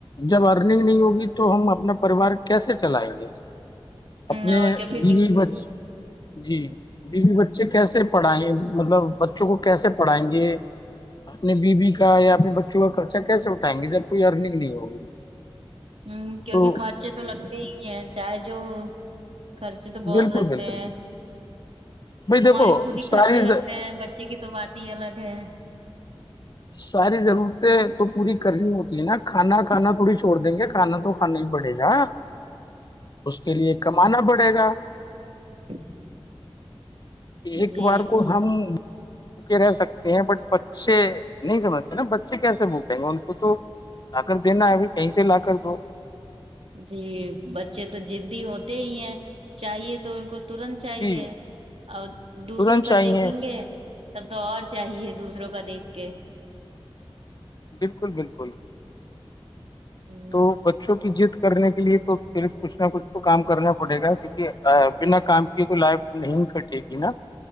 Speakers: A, on the left (about 45°); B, on the right (about 80°).
A: جب ارننگ نہیں ہوگی تو ہم اپنا پریوار کیسے چلائیں گے اپنے
B: اور کیا پھر
A: د بچ جی بیوی بچے کیسے پڑھائیں گے مطلب بچوں کو کیسے پڑھائیں گے اپنی بی بیی کا یا اپنے بچوں کا خرچہ کیسے اٹھائیں گے جب کوئی ارننگ نہیں ہوگی
B: ہ کیونکہ
A: تو
B: خرچے تو لگتے ہی ہیں چاہے جو خرچے تو بہت
A: بالکل
B: لگتے
A: بالکل
B: ہیں
A: بالکل بھائی دیکھو
B: ہمارے خود ہی
A: ساری
B: خرچے لگتے ہیں بچے کی تو بات ہی الگ ہے
A: ساری ضرورتیں تو پوری کرنی ہوتی ہے نا کھانا کھانا تھوڑی چھوڑ دیں گے کھانا تو کھانا ہی پڑے گا اس کے لیے کمانا پڑے گا
B: <unintelligible>
A: ایک
B: جی
A: بار کو ہم کے رہ سکتے ہیں بٹ بچے نہیں سمجھتے نا بچے کیسے بھوکیں گے ان کو تو لا کر دینا ہے ابھی کہیں سے لا کر دو
B: جی بچے تو جدی ہوتے ہی ہیں چاہیے تو ان کو ترنت
A: جی
B: چاہیے اور دوسروں
A: ترنت چاہیے
B: کا دیکھیں گے تب تو اور چاہیے دوسروں کا دیکھ کے
A: بالکل بالکل
B: ہوں
A: تو بچوں کی جیت کرنے کے لیے تو پھر کچھ نہ کچھ تو کام کرنا پڑے گا کیونکہ بنا کام تو لائف نہیں کٹے گی نا